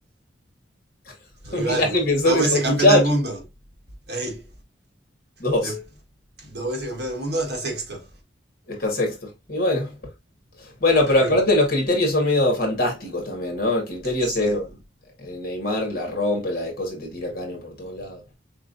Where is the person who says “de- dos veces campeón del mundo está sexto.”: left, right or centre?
Right